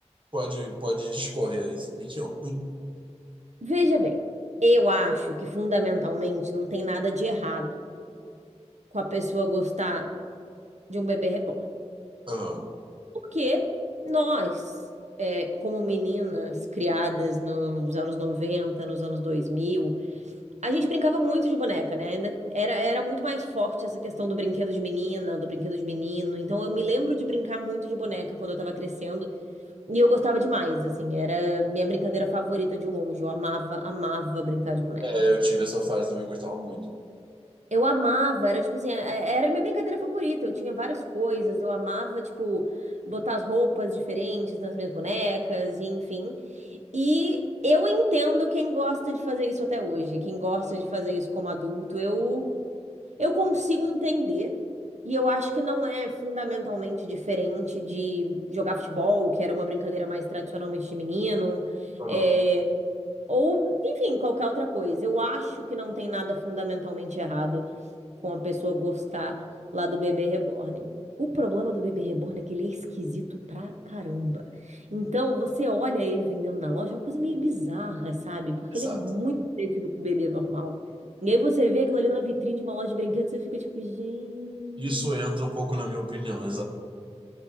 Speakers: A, on the right; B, on the right.
A: Pode, pode discorrer aí, sua opinião.
B: Veja bem, eu acho que fundamentalmente não tem nada de errado com a pessoa gostar de um bebê reborn.
A: Aham.
B: Porque nós, é, como meninas criadas nos anos 90, nos anos 2000, a gente brincava muito de boneca, né? Ainda era, era muito mais forte essa questão do brinquedo de menina, do brinquedo de menino. Então eu me lembro de brincar muito de boneca quando eu tava crescendo. E eu gostava demais, assim, era minha brincadeira favorita de longe. Eu amava, amava brincar de boneca.
A: É, eu tive essa fase também, eu gostava muito.
B: Eu amava, era tipo assim, é- é, era minha brincadeira favorita. Eu tinha várias coisas, eu amava, tipo, botar as roupas diferentes nas minhas bonecas, e enfim. E eu entendo quem gosta de fazer isso até hoje, quem gosta de fazer isso como adulto. Eu, eu consigo entender. E eu acho que não é fundamentalmente diferente de jogar futebol, que era uma brincadeira mais tradicionalmente de menino.
A: Aham.
B: é, Ou, enfim, qualquer outra coisa. Eu acho que não tem nada fundamentalmente errado com a pessoa gostar lá do bebê reborn. O problema do bebê reborn é que ele é esquisito pra caramba. Então, você olha ele vendendo na loja, é uma coisa meio bizarra, sabe? Porque
A: Exato.
B: ele é muito parecido com o bebê normal. E aí você vê aquilo ali na vitrine de uma loja de brinquedos, você fica tipo, gente.
A: Isso entra um pouco na minha opinião,